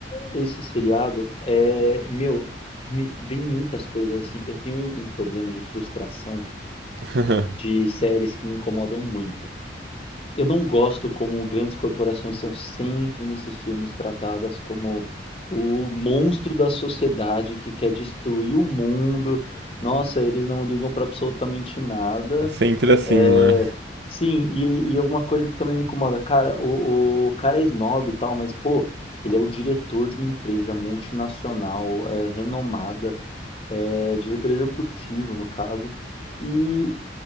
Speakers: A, on the left; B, on the right.
A: esse seriado é, meu, me vem muitas coisas assim. Eu tenho um um problema de frustração
B: <laughs>
A: de séries que me incomodam muito. Eu não gosto como grandes corporações são sempre nesses filmes tratadas como o monstro da sociedade que quer destruir o mundo. Nossa, eles não ligam para absolutamente nada.
B: Sempre assim,
A: É,
B: né?
A: Sim, e, e é uma coisa que também me incomoda, cara, o, o cara é snob e tal, mas pô, ele é o diretor de uma empresa multinacional, é, renomada, é diretor executivo no caso. E